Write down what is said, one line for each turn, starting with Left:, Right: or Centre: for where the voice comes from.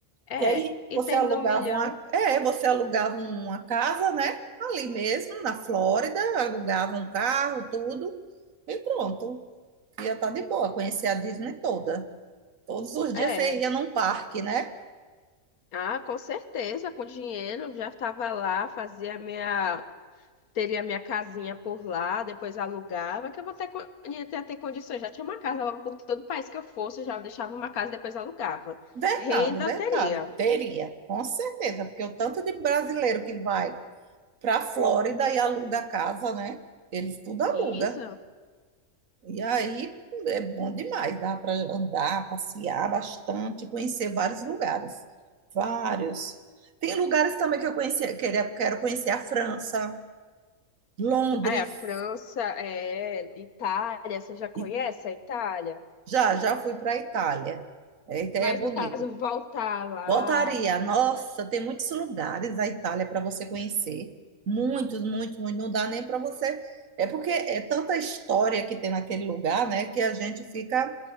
Left: É,
Right: Que aí
Left: e
Right: você
Left: tendo
Right: alugava
Left: um milhão,
Right: uma. É, você alugava uma casa, né? Ali mesmo, na Flórida, alugava um carro, tudo, e pronto. Ia estar de boa, conhecer a Disney toda. Todos os dias
Left: é.
Right: você ia num parque, né?
Left: Ah, com certeza, com dinheiro, já estava lá, fazia minha, teria minha casinha por lá, depois alugava, que eu vou ter, con- ia ter, ter condições. Já tinha uma casa logo por todo o país que eu fosse, já deixava uma casa e depois alugava.
Right: Verdade,
Left: Renda
Right: verdade.
Left: teria.
Right: Teria, com certeza, porque o tanto de brasileiro que vai para a Flórida e aluga a casa, né? Eles tudo aluga.
Left: Isso.
Right: E aí é bom demais, dá para andar, passear bastante, conhecer vários lugares. Vários. Tem lugares também que eu conheci, queria, quero conhecer a França, Londres,
Left: Ah, é, a França, é, Itália, você já conhece
Right: e
Left: a Itália?
Right: já, já fui para a Itália. É, Itália
Left: Mas
Right: é bonito.
Left: no caso, voltar lá.
Right: Voltaria. Nossa, tem muitos lugares a Itália para você conhecer. Muitos, muitos, muitos. Não dá nem para você. É porque é tanta história que tem naquele lugar, né? Que a gente fica